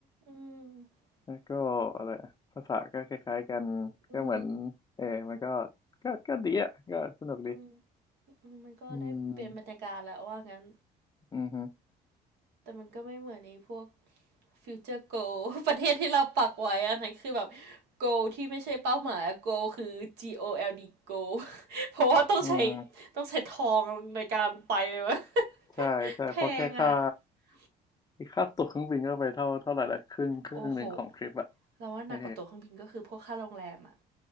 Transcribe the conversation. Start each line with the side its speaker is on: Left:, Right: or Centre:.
Right: อืม
Left: แล้วก็อะไรอะภาษาก็คล้ายๆกัน
Right: อืม
Left: ก็เหมือนเออมันก็ก็ก็ดีอ่ะก็สนุกดี
Right: อืมอืมมันก็ได้เปลี่ยนบรรยากาศแหละว่างั้น
Left: อืมอืมฮึ
Right: แต่มันก็ไม่เหมือนไอ้พวกฟิวเจอร์โก <laughs> ประเทศที่เราปักไว้อันนั้นคือแบบโกที่ไม่ใช่เป้าหมายอะโกคือ G O L D Go <laughs> เพราะว่าต้องใช้
Left: อืม
Right: ต้องใช้ทองในการไปเลยวะ
Left: ใช่ใช่เพราะแค่ค่า
Right: <laughs> แพงอ่ะ <laughs>
Left: ค่าตั๋วเครื่องบินก็ไปเท่าเท่าไหร่ละครึ่งครึ่งหนึ่งของทริปอ่ะ
Right: โอ้โหเราว่าหนักกว่าตั๋วเครื่องบินก็คือพวกค่าโรงแรมอ่ะ
Left: เออ